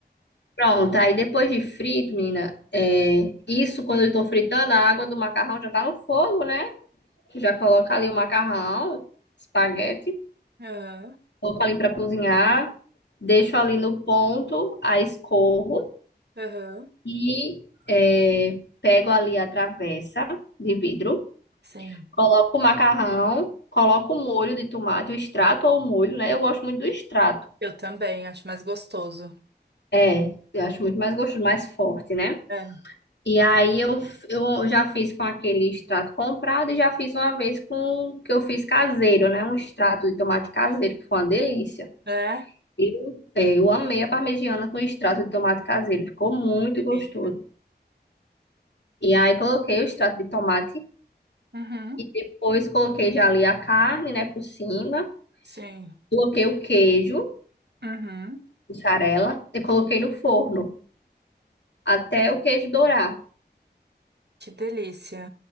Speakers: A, on the left (about 80°); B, on the right (about 70°).
A: Pronto, aí depois de frito, menina, é, isso quando eu tô fritando, a água do macarrão já tá no fogo, né? Já coloca ali o macarrão, espaguete,
B: É. Aham,
A: coloco ali pra cozinhar, deixo ali no ponto, aí escorro
B: aham.
A: e é, pego ali a travessa de vidro,
B: Sim,
A: coloco o macarrão, coloco o molho de tomate, o extrato ou o molho, né? Eu gosto muito do extrato.
B: eu também, acho mais gostoso.
A: É, eu acho muito mais gostoso, mais forte, né?
B: É,
A: E aí eu, eu já fiz com aquele extrato comprado e já fiz uma vez com que eu fiz caseiro, né? Um extrato de tomate caseiro, que foi uma delícia.
B: é,
A: Eu, é, eu amei a parmegiana com extrato de tomate caseiro, ficou muito
B: que
A: gostoso.
B: delícia.
A: E aí coloquei o extrato de tomate
B: Uhum.
A: e depois coloquei já ali a carne, né, por cima.
B: Sim.
A: Coloquei o queijo,
B: Uhum.
A: mussarela, e coloquei no forno até o queijo dourar.
B: Que delícia.